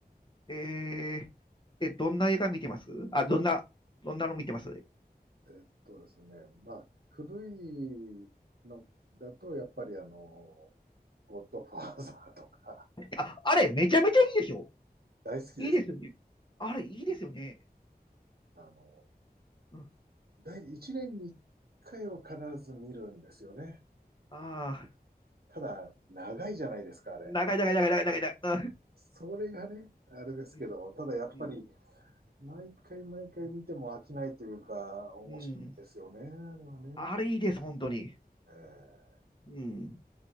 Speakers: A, on the left; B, on the right.
A: えー、え、どんな映画見てますあ、どんな、どんなの見てます
B: えっとですね、まあ、古いのだと、やっぱりあの、ゴッドファーザーとか、
A: あ、あれ、めちゃめちゃいいでしょ
B: 大好きです。
A: いいですよね。あれ、いいですよね。
B: あの、
A: うん。
B: 第1年に1回は必ず見るんですよね。
A: ああ、
B: ただ、長いじゃないですか、あれ。
A: 長い長い長い長い長い長い。
B: それがね、あれですけど、
A: うん。
B: ただやっぱり、
A: うん。
B: 毎回毎回見ても飽きないというか、面白いですよね、
A: うん。
B: あれはね。
A: あれ、いいです、本当に。
B: えー、
A: うん。